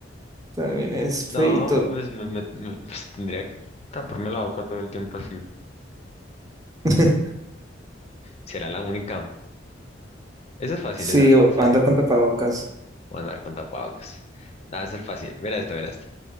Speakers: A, on the right; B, on the left.
A: también es feíto.
B: No, pues me, me- me- pues, tendría que taparme la boca todo el tiempo así.
A: <laughs>
B: Será la única. Esa es fácil,
A: Sí,
B: esa,
A: o
B: esa
A: andar
B: ahí.
A: con tapabocas.
B: Voy a andar con tapabocas. Nada, esa es fácil. Mira esta, mira esta.